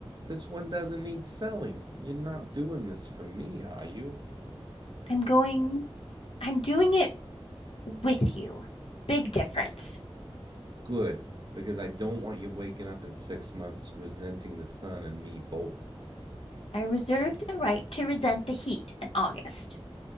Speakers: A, on the right; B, on the left.
A: This one doesn't need selling. You're not doing this for me, are you?
B: I'm going, I'm doing it with you. Big difference.
A: Good, because I don't want you waking up in six months resenting the sun and me both.
B: I reserve the right to resent the heat in August.